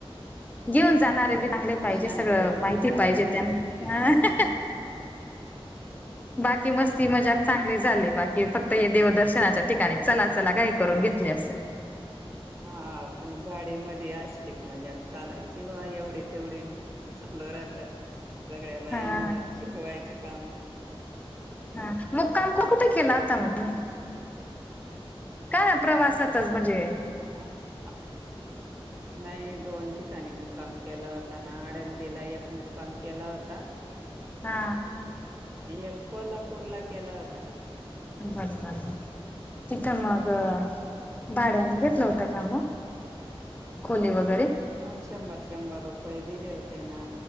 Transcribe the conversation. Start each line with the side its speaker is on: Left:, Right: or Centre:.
Left: घेऊन जाणार आहे बी - चांगले पाहिजे
Right: शांती
Left: सगळं
Right: गंती
Left: माहिती
Right: नावाचे
Left: पाहिजे
Right: काहीच
Left: त्यांना
Right: नाही
Left: ह
Right: <inaudible>
Left: बाकी मस्ती मजाक चांगली झाली बाकी फक्त हे देवदर्शनाच्या ठिकाणी चला चला घाई करून घेतली असे
Right: हा पण गाडी मध्ये अशी मजाक चालायची व एवढी तेवढी - चालू राहतात सगळ्या बायांना
Left: हा
Right: चिडवाय च काम
Left: हा मग काम पण कुठ केलं आता मग मी का ना प्रवासातच म्हणजे
Right: <inaudible>
Left: <inaudible>
Right: नाही दोन ठिकाणी मुक्काम केला होता ना आळंदीला एक मुक्काम केला होता
Left: हा
Right: एक कोल्हापूर ला केला होता
Left: बर झाल तिथं मग भाड्यानी घेतलं होतं का म खोली वगैरे
Right: हा शंभर शंभर रुपये दिले होते ना